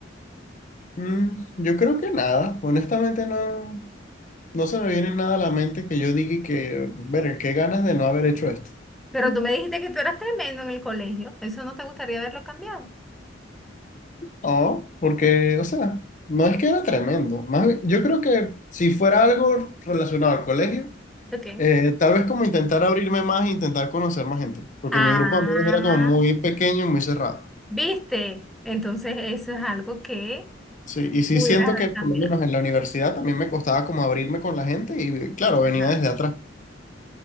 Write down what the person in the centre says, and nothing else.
Pero
tú me dijiste que tú eras tremendo en el colegio. Eso no te gustaría verlo cambiado.
Ok.
Ah,
¿viste? Entonces eso es algo que
pudieras
haber
cambiado.
Ajá.